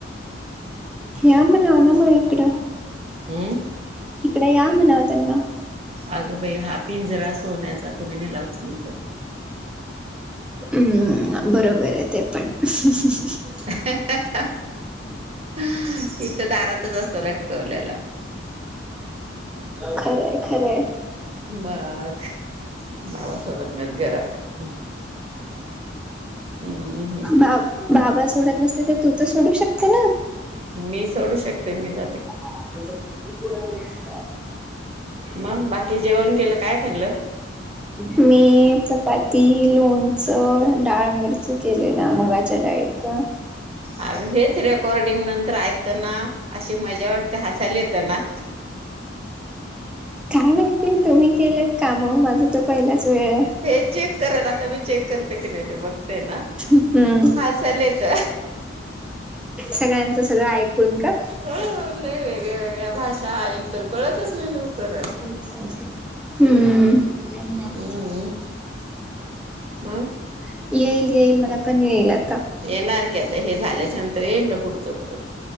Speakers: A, in the centre; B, on the right.
A: या म्हणावं ना मग इकडं.
B: हम्म.
A: इंकडे या म्हणाव त्यांना.
B: अग्गबाई हा पिंजरा सोन्याचा कुणी नेला उचलून तर
A: हम्म बरोबर आहे ते पण <unintelligible>
B: ह हं हं हं इथं दारातच असतो लटकवलेला.
A: खरंय खरंय.
B: मग. बाबा सोडत नाहीत घरात हम्म हम्म हम्म.
A: बा बाबा सोडत नसते तर तू तर सोडू शकते ना?
B: मी सोडू शकते मी जात
A: पुराले
B: मंग बाकी जेवण केलं काय खाल्लं.
A: मी चपाती लोणचं डाळ मिरची चूरा, केलेला मुगाच्या डाळीचा
B: अरे हेच रेकॉर्डिंग नंतर ऐकताना. अशी मजा वाटते हसायला येतं ना
A: काय माहिती तुम्ही केलेत काम माझं तर पहिलाच वेळ आहे.
B: हे चेक कराना आता मी चेक करते की नाही ते बघ ते ना
A: हम्म.
B: हसायला येत.
A: सगळ्यांचं सगळं ऐकून का.
B: हो लय वेगळ्या वेगळ्या भाषा एकतर कळतच नाही लवकर.
A: हु
B: हम्म मग
A: येईल येईल मला पण, येईल आत्ता.
B: येणार की आता हे झाल्याच्या नंतर येईल ना पुढच परत